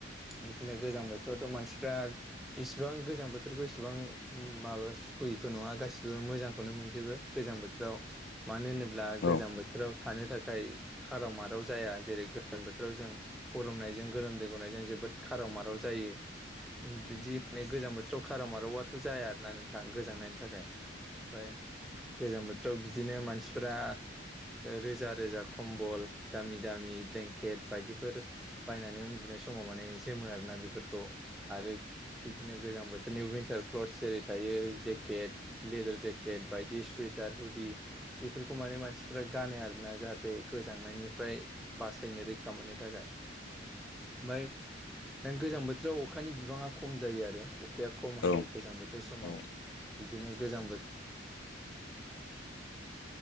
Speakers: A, in the centre; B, on the left (about 75°).
A: बिदिनो गोजां बोथोरावथ मानसिफ्रा इसिबां गोजां बोथोरखौ इसिबां माबा सुखुयैथ'। थ' नङा गासिबो मोजांखौनो मोनजोबो गोजां बोथोराव मानो होनोब्ला गोजां
B: औ
A: बोथोराव थानो थाखाय खाराव माराव जाया जेरै गोजां बोथोराव जों गरमनायजों गलोम दै गौनायजों जोबोद जोबोद खाराव माराव जायो।
B: औ
A: बिदि माने गोजां बोथोराव खाराव मारावाथ जाया आरो ना नोंथां गोजांनाय। थाखाय ओमफ्राय गोजां बोथोराव बिदिनो मानसिफ्रा रोजा रोजा खम्बल दामि दामि ब्लेंकेट बायदिफोर बायनानै उन्दुनाय समाव माने जोमो आरोना बेफोरखौ आरो। बिदिनो गोजां बोथोरनि उइनटार क्लथस जेरै थायो जे जेकेट लेदार जेकेट बायदि सुवेटार हुदि बेफोरखौ माने मानसिफ्रा गानो आरोना जाहाथे। गोजांनायनिफ्राय बासायनो रैखा मोननो थाखाय ओमफाय नों गोजां बोथोराव अखानि बिबाङा खम जायो आरो अखाया खम
B: औ
A: हायो गोजां बोथोर समाव।
B: औ
A: <unintelligible> थ' उनाव गोजां